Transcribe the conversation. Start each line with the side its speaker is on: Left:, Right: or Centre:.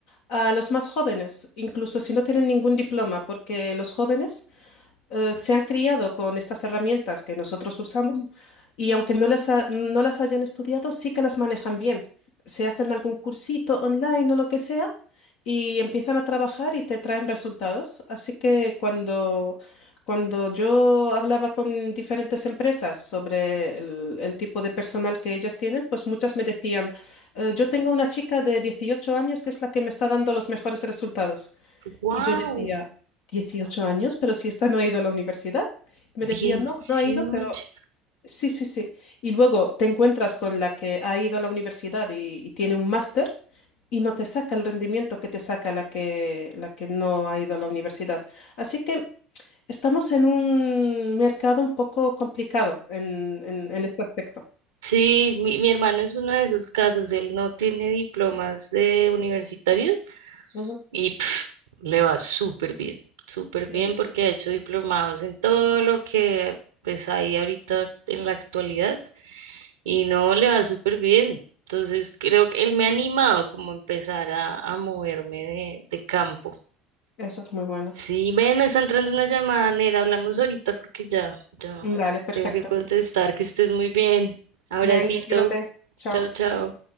Left: a los más jóvenes, incluso si no tienen ningún diploma, porque los jóvenes eh, se han criado con estas herramientas que nosotros usamos y aunque no las, ha- no las hayan estudiado, sí que las manejan bien. Se hacen algún cursito online o lo que sea y empiezan a trabajar y te traen resultados. Así que cuando, cuando yo hablaba con diferentes empresas sobre el, el tipo de personal que ellas tienen, pues muchas me decían, "Eh, yo tengo una chica de 18 años que es la que me está dando los mejores resultados.
Right: ¡Wow!
Left: Y yo decía, 18 años, pero si esta no ha ido a la universidad. Y
Right: dieciocho
Left: me decía, no, no ha ido, pero sí, sí, sí. Y luego te encuentras con la que ha ido a la universidad y, y tiene un máster y no te saca el rendimiento que te saca la que, la que no ha ido a la universidad. Así que estamos en un mercado un poco complicado en, en, en este aspecto.
Right: Sí, mi, mi hermano es uno de esos casos, él no tiene diplomas de universitarios
Left: Ujú,
Right: y pf, le va súper bien, súper
Left: sí,
Right: bien
Left: Vicky.
Right: porque ha hecho diplomados en todo lo que pues hay ahorita en la actualidad y no le va súper bien. Entonces creo que él me ha animado como a empezar a, a moverme de, de campo.
Left: Eso es muy bueno.
Right: Sí, ven, me está entrando una llamada, Nera, hablamos ahorita porque ya, ya
Left: Vale, perfecto.
Right: tengo que contestar, que estés muy bien. Abracito,
Left: Venga, cuídate. Chao.
Right: chao, chao.